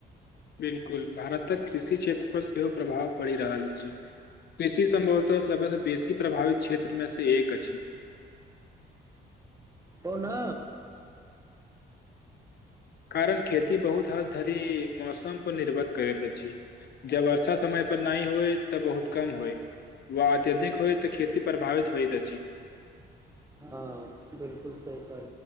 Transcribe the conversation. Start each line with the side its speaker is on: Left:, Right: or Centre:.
Left: बिलकुल भारतक कृषि क्षेत्र पर सेहो प्रभाव पड़ि रहल अछि कृषि सम्भवतः सबसँ बेसी प्रभावित क्षेत्रमे से एक अछि
Right: ओ ना
Left: कारण खेती बहुत हद धरी मौसम पर निर्भर करैत अछि जब वर्षा समय पर नहि होय तऽ बहुत कम होइ व अत्यधिक होए तऽ खेती प्रभावित होइत अछि
Right: हां बिलकुल सही